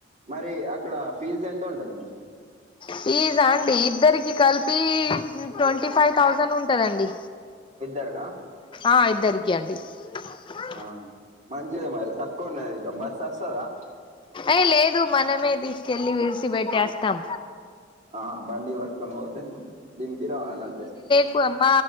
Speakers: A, on the right; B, on the left.
A: మరి అక్కడ ఫీజ్ ఎంత ఉంటది మరి
B: ఫిజా అండి ఇద్దరికి కలిపి ట్వంటీ ఫైవ్ థౌజండ్ ఉంటదండి
A: ఇద్దరికా
B: ఆ ఇద్దరికి అండి <unintelligible>
A: ఆహా మంచిదే మరి తక్కువ ఉన్నది ఇంకా బస్ వస్తదా
B: ఏ లేదు మనమే తీసుకెళ్ళి విరిసి బెట్టేస్తాం
A: ఆహా బండి పట్టుకొని పోతే దింపి రావాలి అంతే
B: కు అమ